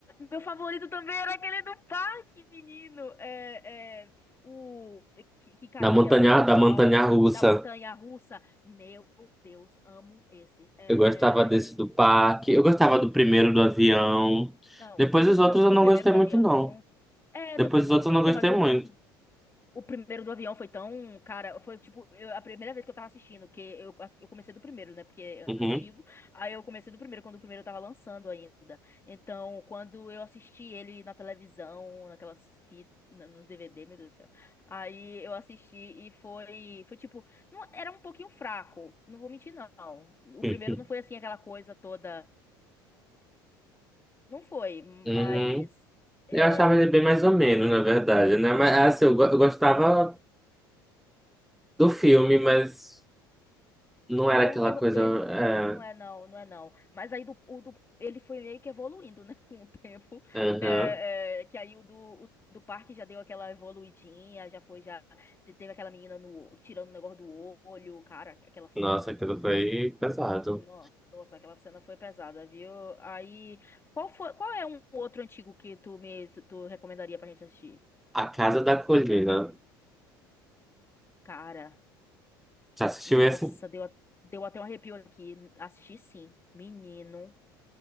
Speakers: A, on the left; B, in the centre.
A: Meu favorito também era aquele do parque, menino. É, é, o que, que caía
B: da montanha,
A: o pessoal
B: da montanha russa.
A: da montanha russa. Meu Deus, amo esse. É,
B: Eu gostava desse do
A: é,
B: parque. Eu gostava do primeiro do avião.
A: não,
B: Depois
A: o do,
B: os outros
A: não, o
B: eu
A: do
B: não
A: primeiro
B: gostei
A: do
B: muito,
A: avião.
B: não.
A: É,
B: Depois
A: depois eu
B: os
A: não
B: outros
A: gostei
B: eu
A: muito,
B: não gostei
A: não, mas o, o-
B: muito.
A: O primeiro do avião foi tão, cara, foi tipo, eu- a primeira vez que eu tava assistindo, que eu, ass- eu comecei do primeiro, né, porque é
B: Uhum.
A: antigo, aí eu comecei do primeiro, quando o primeiro tava lançando ainda, então, quando eu assisti ele na televisão, naquelas fitas, nos DVD, meu Deus do céu, aí eu assisti e foi, foi tipo, não, era um pouquinho fraco, não vou mentir não, o
B: <laughs>
A: primeiro não foi assim aquela coisa toda, não foi,
B: Uhum.
A: mas... é,
B: Eu achava ele bem mais ou menos, na verdade, né? Mas é assim, eu, go- eu gostava do filme, mas não
A: É,
B: era aquela
A: o terror
B: coisa.
A: dele
B: É...
A: não é não, não é não. Mas aí do, o do, ele foi meio que evoluindo, né, <laughs> com o tempo.
B: aham.
A: É, é, que aí o do, o do parque já deu aquela evoluidinha, já foi, já te- teve aquela menina no, o- tirando o negócio do olho, cara, aquela cena.
B: Nossa, aquilo foi pesado.
A: No- Nossa, aquela cena foi pesada, viu? Aí, qual foi, qual é um outro antigo que tu me tu, tu recomendaria pra gente assistir?
B: A Casa da Colina.
A: Cara,
B: Já assistiu
A: nossa,
B: esse?
A: deu, a- deu até um arrepio aqui. Assisti sim, menino.